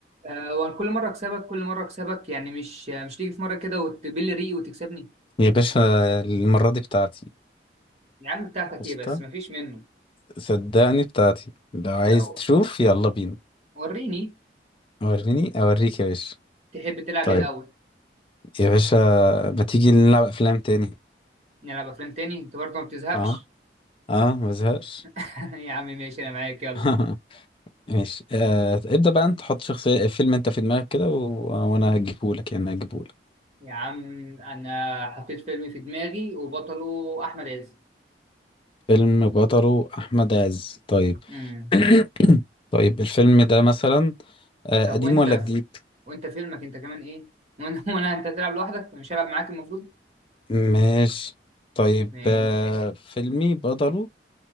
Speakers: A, on the right (about 40°); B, on the left (about 30°).
A: آه، وكل مرة أكسبك كل مرة أكسبك يعني مش مش تيجي في مرة كده وتبل ريقي وتكسبني
B: يا باشا المرة دي بتاعتي
A: يا عم بتاعتك
B: قشطة
A: إيه بس مفيش منه
B: صدقني بتاعتي لو عايز
A: لا،
B: تشوف يلا بينا
A: وريني
B: وريني أوريك يا باشا
A: تحب تلعب
B: طيب
A: إيه الأول
B: يا باشا ما تيجي نلعب أفلام تاني
A: نلعب أفلام تاني أنت برضه ما بتزهقش
B: اه اه ما بزهقش
A: <laughs> يا عم ماشي أنا معاك يلا
B: <laughs> ماشي آه ابدأ بقى انت حط شخصية فيلم انت في دماغك كده و... وانا هجيبهولك يعني هجيبهولك
A: يا عم أنا حطيت فيلم في دماغي وبطله أحمد عز
B: فيلم بطله أحمد عز طيب
A: امم
B: <coughs> <clears throat> طيب الفيلم ده مثلا آه
A: طب
B: قديم
A: وأنت
B: ولا
A: في...
B: جديد
A: وأنت فيلمك أنت كمان إيه <laughs> وأنا وأنا أنت تلعب لوحدك مش هلعب معاك المفروض
B: ماشي طيب
A: ماشي
B: آه فيلمي بطله